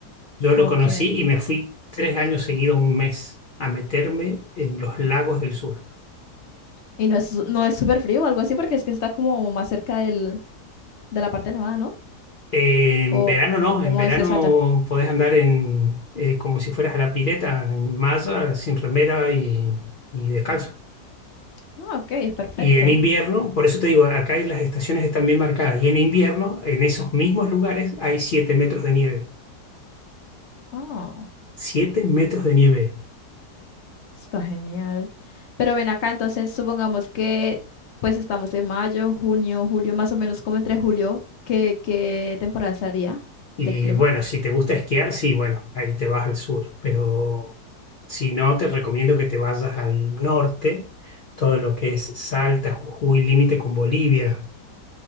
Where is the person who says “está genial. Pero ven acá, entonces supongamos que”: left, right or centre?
Left